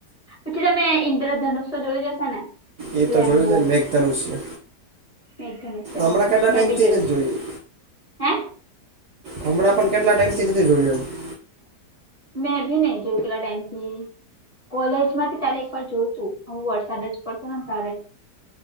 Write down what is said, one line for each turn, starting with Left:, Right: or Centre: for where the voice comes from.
Left: પછી તમે ઈન્દ્રધનુષ જોઈ જશેો ને
Right: એ
Left: રેમ્બો
Right: તો જોયું દેને મેઘધનુસય
Left: મેઘધનુષ
Right: અમડા
Left: હા
Right: કેના
Left: મેં
Right: ટાઈમથી
Left: બી જોયું છે
Right: જોયુ
Left: હે
Right: હમણાં પણ કેટલા ટાઈમ થી નથી જોયું એમ
Left: મેં ભી નહીં જકેલા ટાઈમથી. કોલેજ માંથી તારે એકવાર જોઈશું હું વરસાદ જ પડતો ને તારે.